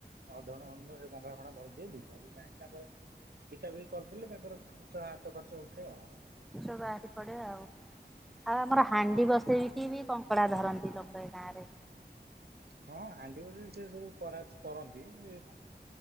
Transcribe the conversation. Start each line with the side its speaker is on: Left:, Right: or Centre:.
Right: ହ ଧଣ ସେ କଙ୍କା ଫା ଧରିଦି ଦେଇଥାଉ। କାହି ତାଙ୍କର ବିତା ବିକ କରିଦେଲେ ତାଙ୍କର ଖର୍ଚ୍ଚ ହାତ ଖର୍ଚ୍ଚ ଉଠେ
Centre: ଖର୍ଚ୍ଚ ବାହାରି ପଡେ ଆଉ। ଆଉ ଆମର ହାଣ୍ଡି ବସେଇକି ବି କଙ୍କଡା ଧରନ୍ତି ଲୋକ ଏ ଗାଁ ରେ
Right: ହଁ ହାଣ୍ଡି ସେ ସବୁ କରାଯ କରନ୍ତି ସେ